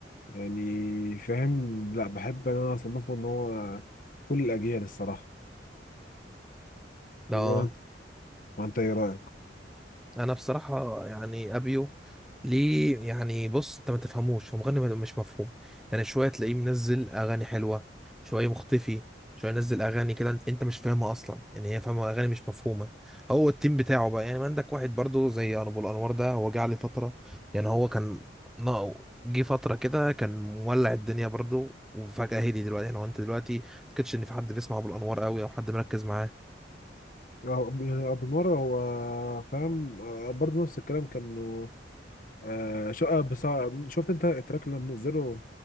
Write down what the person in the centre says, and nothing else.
اه
انا بصراحه يعني ابيو ليه يعني بص انت ما تفهموش هو مغني مش مفهوم يعني شويه تلاقيه منزل اغاني حلوه شويه مختفي شويه ينزل اغاني كده انت أنت مش فاهمها اصلا يعني هي فاهمه اغاني مش مفهومه هو التيم بتاعه بقى يعني ما عندك واحد برضو زي ابو الانوار ده هو جه عليه فتره يعني هو كان ناقو جه فتره كده كان مولع الدنيا برضو وفجاه هدي دلوقتي يعني هو انت دلوقتي ما تكتش ان في حد بيسمع ابو الانوار قوي او حد مركز معاه